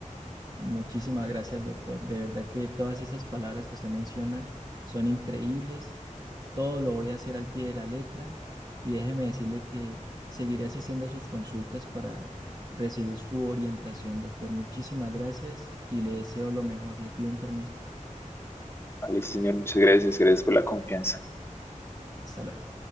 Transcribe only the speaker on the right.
Muchísimas gracias, doctor. De verdad que todas esas palabras que usted menciona son increíbles. Todo lo voy a hacer al pie de la letra y déjeme decirle que seguiré asistiendo a sus consultas para recibir su orientación, doctor. Muchísimas gracias y le deseo lo mejor. Le pido un permiso.
Hasta luego.